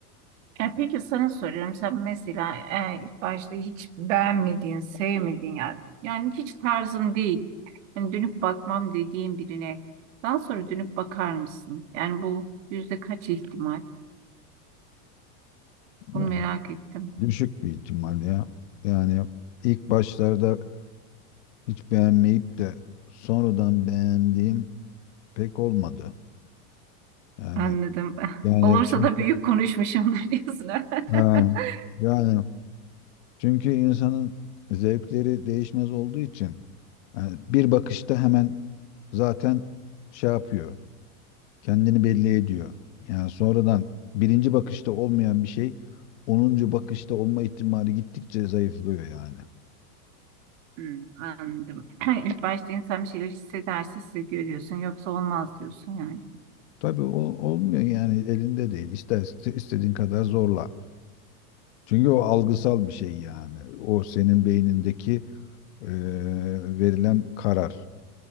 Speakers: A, on the right; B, on the left.
A: E peki sana soruyorum. Sen mesela e, ilk başta hiç beğenmediğin, sevmediğin yani, yani hiç tarzın değil. Yani dönüp bakmam dediğin birine daha sonra dönüp bakar mısın? Yani bu yüzde kaç ihtimal? Bunu
B: Ya,
A: merak ettim.
B: düşük bir ihtimal ya. Yani ilk başlarda hiç beğenmeyip de sonradan beğendiğim pek olmadı. Yani
A: Anladım. <laughs>
B: yani
A: Olursa
B: çünkü
A: da büyük konuşmuşumdur diyorsun. ha?
B: ha,
A: <laughs>
B: yani Çünkü insanın zevkleri değişmez olduğu için yani bir bakışta hemen zaten şey yapıyor, kendini belli ediyor. Yani sonradan birinci bakışta olmayan bir şey onuncu bakışta olma ihtimali gittikçe zayıflıyor yani.
A: Hmm, anladım. <clears throat> İlk başta insan bir şeyler hissederse hissediyor diyorsun. Yoksa olmaz diyorsun yani.
B: Tabii o olmuyor yani elinde değil. İster istediğin kadar zorla. Çünkü o algısal bir şey yani. O senin beynindeki eee, verilen karar